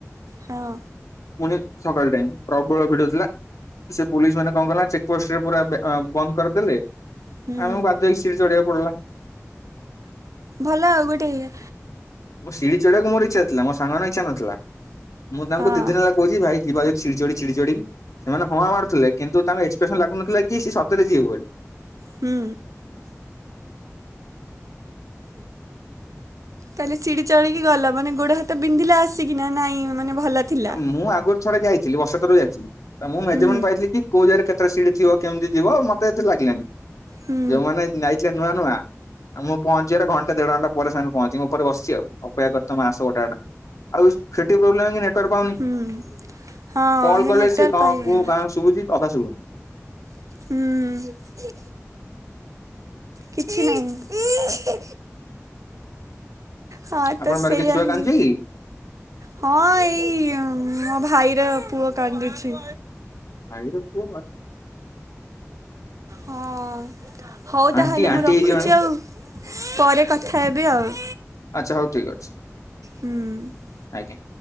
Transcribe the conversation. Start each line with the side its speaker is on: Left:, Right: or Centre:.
Right: ହଁ
Left: ପୁଣି ସକାଳ ଟାଇମ ପ୍ରବଳ ଭିଡ ଥିଲା। ସେ ପୋଲିସ ମାନେ କଣ କଲା ଚେକ୍ ପୋଷ୍ଟରେ ପୁରା ବେ ଆ ବନ୍ଦ କରିଦେଲେ।
Right: ହୁଁ
Left: ଆମକୁ ବାଧ୍ୟ ହେଇକି ସିଡ଼ି ଚଢ଼ିବାକୁ ପଡଲା।
Right: ଭଲ ଆଉ ଗୋଟେ ଏ
Left: ମୋ ସିଢି ଚଢ଼ିବାକୁ ମୋର ଇଛା ଥିଲା ମୋ ସାଙ୍ଗମାନଙ୍କ ଇଛା ନଥିଲା ମୁଁ ତାଙ୍କୁ
Right: ହଁ
Left: ଦି ଦିନ ହେଲା କହୁଛି ଭାଇ ଯିବା ଯଦି ସିଡି ଚଢି ସିଡି ଚଢି ସେମାନେ ହଁ ହଁଆ ମାରୁଥିଲେ କିନ୍ତୁ ତାଙ୍କ ଏକ୍ସପ୍ରେସନ ଲାଗୁନଥିଲା କି ସେ ସତରେ ଯିବେ ବୋଲି <unintelligible>
Right: ହୁଁ ତାହେଲେ ସିଢି ଚଢ଼ିକି ଗଲ ମାନେ ଗୋଡ ହାତ ବିନ୍ଧିଲା ଆସିକି ନା ନାଇଁ ମାନେ ଭଲ ଥିଲା
Left: ମୁଁ ଆଗରୁ ଥରେ ଯାଇଥିଲି ବର୍ଷେ ଥରୁ ଯାଇଥିଲି ତ ମୁଁ ମେଜରମେଣ୍ଟ
Right: ହୁଁ
Left: ପାଇଥିଲି କି କୋଉ ଜାଗାରେ କେତେଟା ସିଟ ଥିବ କେମିତି ଥିବ ମତେ ଏତେ ଲାଗିଲାନି।
Right: ହୁଁ
Left: ଯଉମାନେ ଯାଇଥିଲେ ନୂଆ ନୂଆ ମୁଁ ପହଞ୍ଚିବାର ଘଣ୍ଟା, ଦେଢ ଘଣ୍ଟା ପରେ ସେମାନେ ପହଞ୍ଚି ମୁଁ ଉପରେ ବସିଚି ଆଉ ଅପେକ୍ଷା କରିଥା ମୁ ଆସ ଗୋଟା ଗୋଟା ଆଉ ସେଠି ପ୍ରୋବ୍ଲେମ୍ ନେଟୱାର୍କ ପାଉନି
Right: ହୁଁ ହଁ
Left: କଲ
Right: ସେ
Left: କଲେ
Right: ନେଟୱାର୍କ
Left: ସିଏ କଣ
Right: ପାଇବନି
Left: କୁ କା ଶୁଭୁଛି ଅଧା ଶୁଭୁନି।
Right: ହୁଁ, କିଛି ନାହିଁ। ହଁ,
Left: ଆପଣଙ୍କ
Right: ତ ସେଇଆ
Left: ପାଖରେ କିଏ ଛୁଆ
Right: ହିଁ
Left: କାନ୍ଦୁଛି କି?
Right: ହଁ, ଏଇ ମୋ ଭାଇର ପୁଅ କାନ୍ଦୁଛି।
Left: ଭାଇର ପୁଅ
Right: ହଁ, ହଉ
Left: ଆଣ୍ଟି
Right: ତାହେଲେ
Left: ଆଣ୍ଟି
Right: ମୁଁ ରଖୁଛି
Left: ହେଇଯିବଣି
Right: ଆଉ ପରେ କଥା ହେବି ଆଉ।
Left: ଆଚ୍ଛା! ହଉ ଠିକ୍ ଅଛି।
Right: ହୁଁ।
Left: ଆଜ୍ଞା!